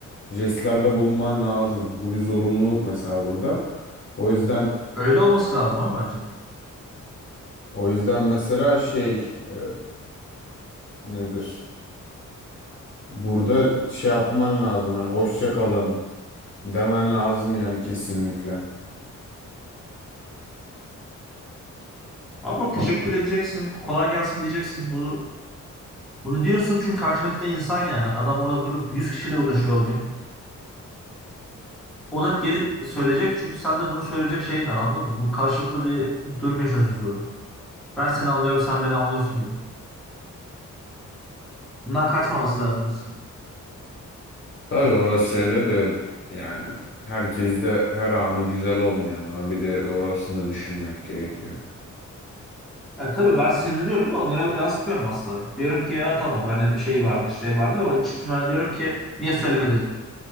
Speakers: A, on the left (about 40°); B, in the centre.
A: jestlerde bulunman lazım. Bu bir zorunluluk mesela burada. O yüzden
B: Öyle olması lazım abi bence.
A: o yüzden mesela şey e, nedir? Burada şey yapman lazım hani hoşça kalın demen lazım yani kesinlikle.
B: Ama
A: Ama
B: teşekkür edeceksin. Kolay gelsin diyeceksin. Bunu, bunu diyorsun çünkü karşındaki de insan yani. Adam orada durup 100 kişiyle uğraşıyor o gün. O da geri söyleyecek çünkü sen de bunu söyleyecek şeyin var anladın mı? Bu karşılıklı bir durum yaşıyorsunuz orada. Ben seni anlıyorum, sen beni anlıyorsun gibi. Bundan kaçmaması lazım
A: Tabii orası öyle de yani herkes de her anı güzel olmuyor ama bir de orasını da düşünmek gerekiyor.
B: Ya tabii ben sinirleniyorum da onlara yansıtmıyorum asla. Diyorum ki ya tamam yani bir şey vardır, şey vardır ama içime diyorum ki niye söylemedi?